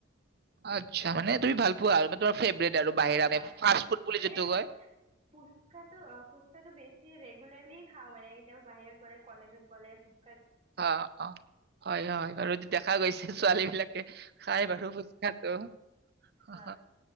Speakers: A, on the right (about 50°); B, on the right (about 30°).
A: আচ্ছা মানে তুমি ভাল পোৱা আৰু <unintelligible> আৰু
B: হয়
A: বাহিৰা
B: হয়
A: মানে ফাষ্ট ফুড বুলি
B: মানে
A: যোনটো কয়।
B: অ, ফুচকাটো অ', ফুচকাটো বেছি ৰেগুলাৰলি খাওঁ মানে কেতিয়াবা বাহিৰত গ'লে কলেজত গ'লে ফুচ
A: অ অ, হয় হয়, আৰু দেখা গৈছে ছোৱালীবিলাক খাই বাৰু ফুচকাটো। অ,
B: হয়